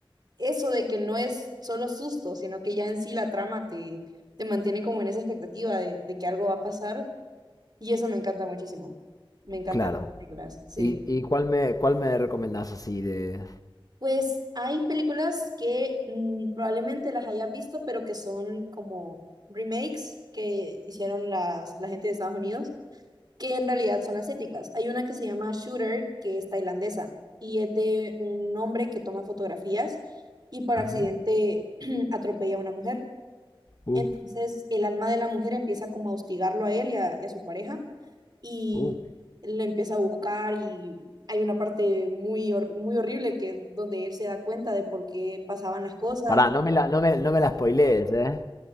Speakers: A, on the right (about 50°); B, on the left (about 40°).
A: eso de que no es solo susto, sino que ya en sí la trama te, te mantiene como en esa expectativa de, de que algo va a pasar y eso me encanta muchísimo. Me encantan
B: Claro.
A: las películas, sí.
B: ¿Y, y cuál me, cuál me recomendás así de...?
A: Pues hay películas que mm, probablemente las hayas visto, pero que son como remakes que hicieron las, la gente de Estados Unidos, que en realidad son asiáticas. Hay una que se llama Shooter, que es tailandesa, y es de un hombre que toma fotografías y por accidente
B: Ujú,
A: <clears throat> atropella a una mujer.
B: Uh,
A: Entonces el alma de la mujer empieza como a hostigarlo a él y a, y a su pareja y
B: uh.
A: lo empieza a buscar y hay una parte muy, hor- muy horrible que donde él se da cuenta de por qué pasaban las cosas.
B: Pará, no me la, no me, no me la spoilees, ¿eh?